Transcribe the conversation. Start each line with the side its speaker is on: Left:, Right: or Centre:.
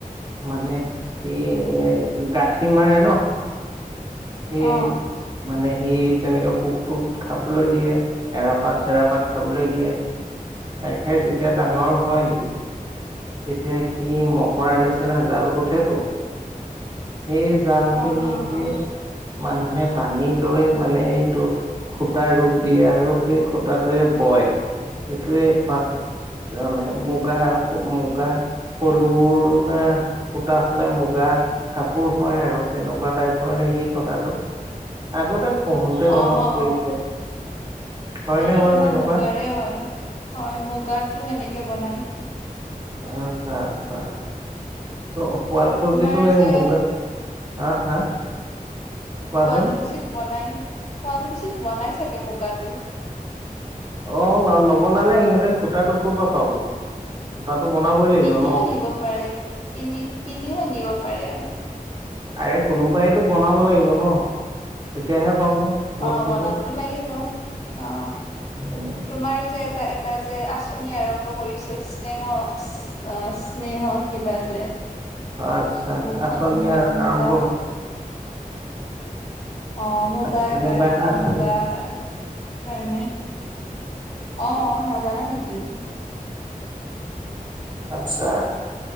Right: মানে কি এ গাঁঠি মাৰে ন সেই
Left: অ
Right: মানে সেই তেনেকে পোকটোক খাবলৈ দিয়ে। এৰা-পাত চেৰা-পাত খাবলৈ দিয়ে। খাই খাই যেতিয়া ডাঙৰ হয় সি তেতিয়া সি মকৰা নিচিনা জাল গোঠেতো সেই জাল
Left: অ অ
Right: খিনিকে
Left: অ
Right: মানুহে টানি লৈ মানে এইটো সূতাৰ ৰূপ দিয়ে আৰু সেই সূতাটোৱে বয়। সেইটোৱে পাত যানে মুগা সূ মুগা পলুৰ সূতা হলে মুগা কাপোৰ হয় আৰু তেনেকুৱা টাইপৰ নেকি? কথাটো আগতে পঢ়োতে মনত
Left: অ অ অ
Right: পৰিছে। হয়নে
Left: এইটো
Right: বাৰু
Left: তোমাৰ
Right: তেনেকুৱা
Left: মুগাৰে হয়। হয় মুগাটো সেনেকে বনাই।
Right: আচ্ছা আচ্ছা চ শুৱালকুছিটো
Left: তোমাৰ
Right: এই
Left: যে
Right: মুগা হা হা কোৱাচোন
Left: শুৱালকুছিত বনাই। শুৱালুকুছিত বনাই চাগে মুগাটো।
Right: অ ন নবনালে সিহঁতে সূতাটো কৰ পৰা পাব। সূতাটো বনাবই। লাগিব
Left: কিনিও
Right: ন
Left: আনিব পাৰে কিনি কিনিও আনিব পাৰে।
Right: আৰে কোনোবাইটো বনাব লাগিব ন তেতিয়াহে পাব। বস্তুটো
Left: অ বনাবতো লাগিব। অ
Right: উম,
Left: তোমাৰ যে এটা এটা যে আঁচনি আৰম্ভ কৰিছে স্নেহ আহ স্নেহ কিবা যে
Right: আচ্ছা
Left: মুখমন্ত্ৰীয়ে
Right: আঁচনি আ-
Left: মূগা
Right: আৰম্ভ
Left: অ মুগাৰ
Right: আচ্ছা এনেকুৱা
Left: কাৰণে
Right: এটা আছে
Left: মুগাৰ।
Right: নেকি
Left: নাই নাই। অ নাজানা নেকি?
Right: আচ্ছা।